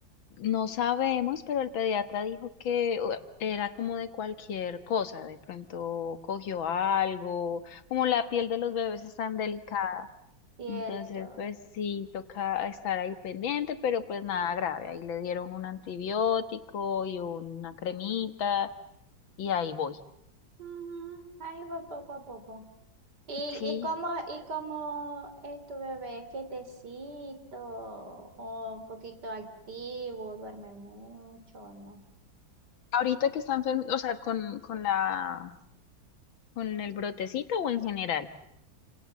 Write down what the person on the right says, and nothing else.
Cierto.
Ujú, Ahí va poco a poco. ¿Y,
y cómo, y cómo es tu bebé? ¿Es quietecito o un poquito activo? ¿Duerme mucho o no?